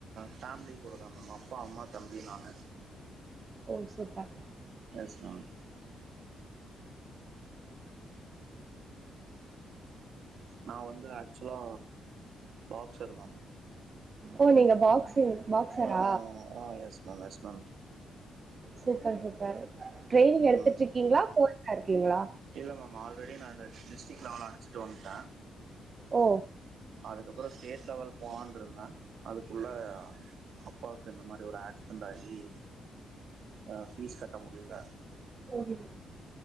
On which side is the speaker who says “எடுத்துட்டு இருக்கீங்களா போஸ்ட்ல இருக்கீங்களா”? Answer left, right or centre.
Right